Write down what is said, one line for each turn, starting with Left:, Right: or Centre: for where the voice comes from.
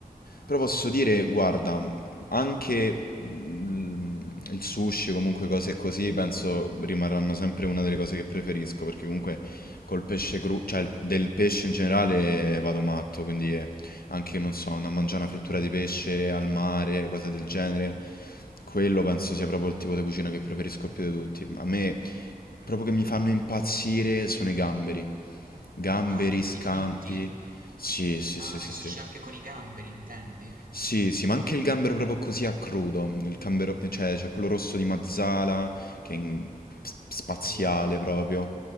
Left: Però posso dire, guarda, anche mm, il sushi, comunque cose così, penso rimarranno sempre una delle cose che preferisco, perché comunque col pesce crudo, cioè il- del pesce in generale vado matto, quindi eh, anche, non so, andare a mangiare una frittura di pesce al mare, cose del genere, quello penso sia proprio il tipo di cucina che preferisco più di tutti. A me, proprio che mi fanno impazzire, sono i gamberi. Gamberi,
Right: Ah, i gamberi
Left: scampi.
Right: fritti?
Left: Sì, sì,
Right: Ah,
Left: sì, sì,
Right: il sushi
Left: sì.
Right: anche con i gamberi intendi?
Left: Sì, sì, ma anche il gambero proprio così a crudo, il gambero, cioè c'è quello rosso di Mazzala che è in- s- spaziale
Right: Buono.
Left: proprio,